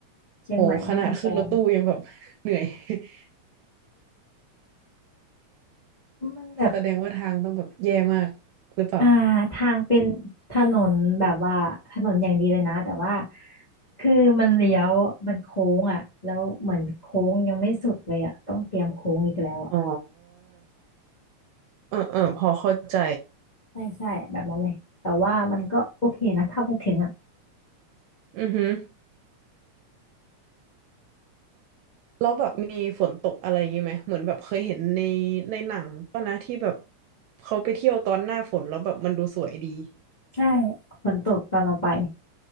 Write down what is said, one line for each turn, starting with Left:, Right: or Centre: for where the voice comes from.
Left: เชียงใหม่แม่กำปอง
Right: โอ้ขนาดขึ้นรถตู้ยังแบบ <laughs> เหนื่อย <laughs>
Left: มันแบบ
Right: แสดงว่าทางต้องแบบแย่มากหรือเปล่า
Left: อ่าทางเป็นถนนแบบว่าถนนอย่างดีเลยนะแต่ว่าคือมันเลี้ยวมันโค้งอ่ะแล้วเหมือนโค้งยังไม่สุดเลยอ่ะต้องเตรียมโค้งอีกแล้วอ่ะ
Right: อ๋อเออเออพอเข้าใจ
Left: อืมใช่ใช่แบบนั้นเลยแต่ว่ามันก็โอเคนะถ้าไปถึงอ่ะ
Right: อือฮึแล้วแบบมีฝนตกอะไรอย่างนี้ไหมเหมือนแบบเคยเห็นในในหนังป่ะนะที่แบบเขาไปเที่ยวตอนหน้าฝนแล้วแบบมันดูสวยดี
Left: ใช่ฝนตกตอนเราไป